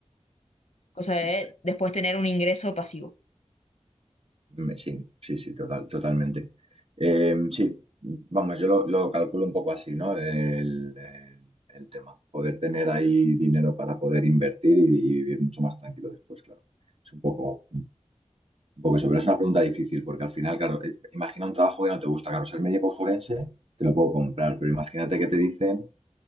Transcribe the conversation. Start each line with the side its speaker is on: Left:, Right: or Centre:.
Left: Cosa de
Right: Es,
Left: después tener un ingreso pasivo.
Right: Mm, Sí, sí, sí, total, totalmente. Eh, sí, vamos, yo lo, lo calculo un poco así, ¿no? El, el- el tema. Poder tener ahí dinero para poder invertir y, y vivir mucho más tranquilo después, claro. Es un poco, un poco eso, pero es una pregunta difícil, porque al final, claro, eh, imagina un trabajo que no te gusta, claro, ser médico forense, te lo puedo comprar, pero imagínate que te dicen